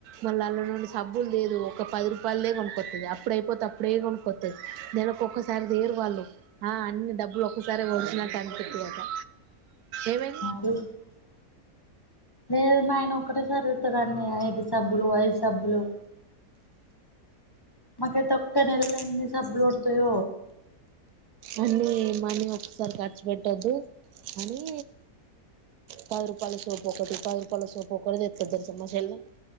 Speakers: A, on the right (about 85°); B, on the left (about 20°).
A: మళ్ళీ అళ్ళ నుండి సబ్బులు లేదు ఒక పది రూపాయలద కొనుక్కొతుది అప్పుడు అయిపోతే అప్పుడే కొనుక్కతుది నెలకొక్కసారి దేరు వాళ్ళు ఆ అన్ని డబ్బులు ఒక్కసారి వడిసినట్టు అనిపిట్ కద ఏమై
B: <unintelligible> లేదు మా ఆయన ఒక్కటే సరివుతుదడిది సబ్బులు వయి సబ్బులు మక తక్క్క నలల ఎన్ని సబ్లోడ్తుయ
A: అన్నీ మనీ ఒకసారి ఖర్చు పెట్టొద్దు అని పది రూపాయల సోపు ఒకటి పది రూపాయల సోపు ఒకటి తెతుొద్దం సమషలా